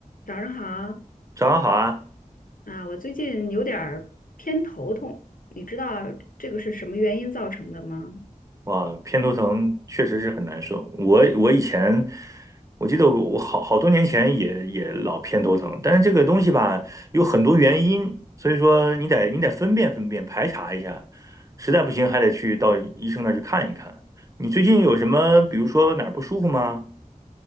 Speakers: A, on the left (about 80°); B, on the right (about 25°).
A: 早上好
B: 早上好啊！
A: 啊，我最近有点儿偏头痛，你知道这个是什么原因造成的吗？
B: 哇，偏头疼确实是很难受。我我以前，我记得我好好多年前也也老偏头疼，但是这个东西吧，有很多原因，所以说你得你得分辨分辨，排查一下，实在不行还得去到医生那儿去看一看。你最近有什么，比如说哪儿不舒服吗？